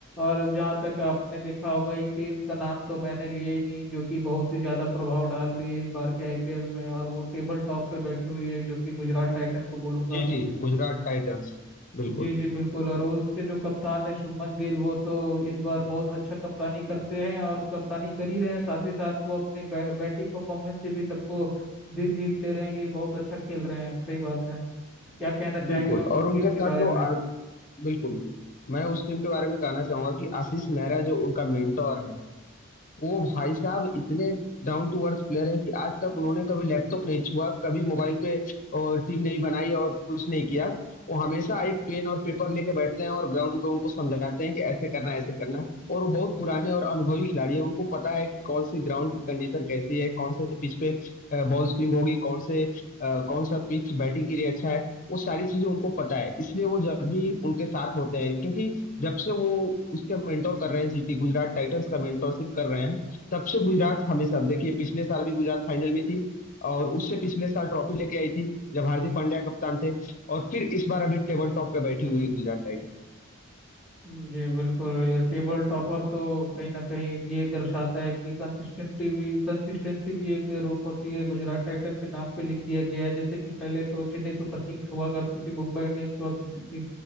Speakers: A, in the centre; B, on the left.
A: और जहाँ तक आपने देखा होगा एक टीम का नाम तो मैंने लिया ही नहीं जो कि बहुत ही ज़्यादा प्रभाव डाल रही है इस बार के आईपीएल में और वो टेबल टॉप पे बैठी हुई है जो कि गुजरात टाइटन को बोलूंगा
B: जी जी गुजरात टाइटंस बिल्कुल
A: जी जी बिल्कुल और उसके जो कप्तान है शुभमन गिल वो तो इस बार बहुत अच्छा कप्तानी करते हैं और कप्तानी कर ही रहे हैं साथ ही साथ वो अपने बै, बैटिंग परफॉर्मेंस से भी सबको दिल जीत ले रहे हैं कि बहुत अच्छा खेल रहे हैं सही बात है क्या कहना चाहेंगे
B: बिल्कुल
A: उन
B: और उनके
A: टीम के
B: साथ
A: बारे
B: जो
A: में
B: बिल्कुल मैं उस टीम के बारे में कहना चाहूंगा कि आशीष नेहरा जो उनका मेंटोर है वो भाई साहब इतने डाउन टू अर्थ प्लेयर हैं कि आज तक उन्होंने कभी लैपटॉप नहीं छुआ कभी मोबाइल पे टीम नहीं बनाई और कुछ नहीं किया वो हमेशा एक पेन और पेपर लेके बैठते हैं और ग्राउंड पे उनको समझाते हैं कि ऐसे करना है ऐसे करना है और वो बहुत पुराने और अनुभवी खिलाड़ी हैं उनको पता है कि कौन सी ग्राउंड की कंडीशन कैसी है कौन से पिच पे बॉल स्विंग होगी कौन से अ, कौन सा पिच बैटिंग के लिए अच्छा है वो सारी चीजें उनको पता है इसलिए वो जब भी उनके साथ होते हैं क्योंकि जब से वो उसके मेंटोर कर रहे हैं जीटी गुजरात टाइटंस का मेंटोरशिप कर रहे हैं तब से गुजरात हमेशा देखिए पिछले साल भी गुजरात फाइनल में थी और उससे पिछले साल ट्रॉफी लेके आई थी जब हार्दिक पांड्या कप्तान थे और फिर इस बार अभी टेबल टॉप पे बैठी हुई है गुजरात टाइटंस
A: जी बिल्कुल ये टेबल टॉपर तो कहीं ना कहीं ये दर्शाता है कि कंसिस्टेंटी भी कंसिस्टेंसी भी एक रूप होती है गुजरात टाइटन के नाम पे लिख दिया गया है जैसे कि पहले तो चेन्नई सुपर किंग्स हुआ करती थी मुंबई इंडियंस हुआ करती थी